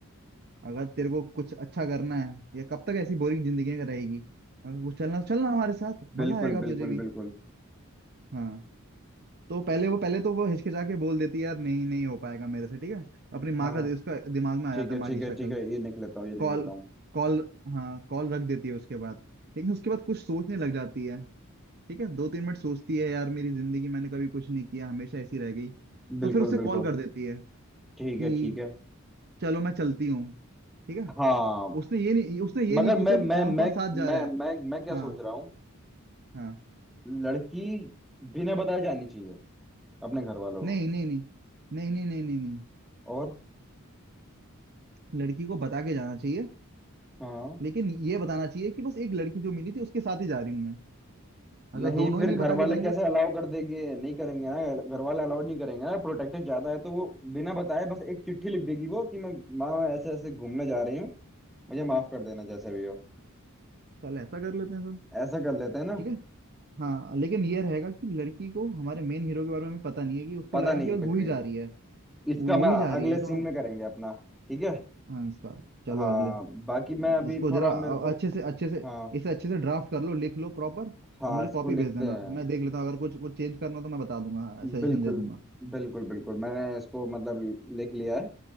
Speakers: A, on the right; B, in the centre.
A: अगर तेरे को कुछ अच्छा करना है या कब तक ऐसी बोरिंग जिंदगी में रहेगी अगर कुछ चलना है तो चलना हमारे साथ मजा
B: बिल्कुल
A: आएगा तुझे
B: बिल्कुल
A: भी
B: बिल्कुल
A: हाँ तो पहले वो पहले तो वो हिचकिचा के बोल देती है यार नहीं नहीं हो पाएगा मेरे से ठीक है अपनी माँ
B: हाँ
A: का उसका दिमाग में आ
B: ठीक
A: जाता
B: है
A: है
B: ठीक
A: माँ की
B: है
A: शक्ल
B: ठीक है ये लिख लेता हूँ ये लिख
A: कॉल
B: लेता हूँ
A: कॉल हाँ कॉल रख देती है उसके बाद लेकिन उसके बाद कुछ सोचने लग जाती है ठीक है दो तीन मिनट सोचती है यार मेरी जिंदगी मैंने कभी कुछ नहीं किया हमेशा ऐसी रह गई तो
B: बिल्कुल
A: फिर उसे
B: बिल्कुल
A: कॉल कर देती है
B: ठीक
A: कि
B: है ठीक है
A: चलो मैं चलती हूँ ठीक है
B: हाँ
A: उसने ये नहीं उसने ये
B: मगर
A: नहीं पूछा
B: मैं मैं
A: कि कौन
B: मैं
A: कौन साथ जा
B: मैं
A: रहा है
B: मैं मैं क्या
A: हाँ
B: सोच रहा हूँ
A: हाँ
B: लड़की बिना बताए जानी चाहिए अपने घर वालों को
A: नहीं नहीं नहीं नहीं नहीं नहीं नहीं नहीं
B: और
A: लड़की को बता के जाना चाहिए
B: हाँ
A: लेकिन ये बताना चाहिए कि बस एक लड़की जो मिली थी उसके साथ ही जा रही हूँ मैं अगर
B: नहीं
A: दोनों
B: फिर
A: ही नहीं
B: घर
A: बता
B: वाले
A: के जाएंगे
B: कैसे
A: तो
B: अलाउ कर देंगे नहीं करेंगे ना घर वाले अलाउड नहीं करेंगे ना प्रोटेक्टिव ज्यादा है तो वो बिना बताए बस एक चिट्ठी लिख देगी वो कि मैं माँ मैं ऐसे ऐसे घूमने जा रही हूँ मुझे माफ कर देना जैसे भी हो
A: चल ऐसा कर लेते हैं सब
B: ऐसा कर लेते हैं ना
A: ठीक है हाँ लेकिन ये रहेगा कि लड़की को हमारे मेन हीरो के बारे में भी पता नहीं है कि उसको
B: पता
A: लगा
B: नहीं
A: कि
B: है
A: बस
B: कुछ
A: वो ही
B: भी
A: जा रही है
B: इसका
A: वो
B: मैं
A: ही जा रही
B: अगले
A: है
B: सीन
A: तो हम
B: में करेंगे अपना ठीक है
A: हाँ इसका चलो
B: हाँ
A: अगले
B: बाकी मैं अभी
A: इसको
B: थोड़ा
A: जरा अ-
B: मेरे को
A: अच्छे से अच्छे से
B: हाँ
A: इसे अच्छे से ड्राफ्ट कर लो लिख लो प्रॉपर
B: हाँ
A: और मुझे
B: इसको
A: कॉपी
B: लिखते
A: भेज देना
B: हैं
A: मैं देख लेता हूँ अगर कुछ कुछ चेंज करना हो तो मैं बता दूंगा सजेशन
B: बिल्कुल
A: दे दूंगा
B: बिल्कुल बिल्कुल मैंने इसको मतलब लिख लिया है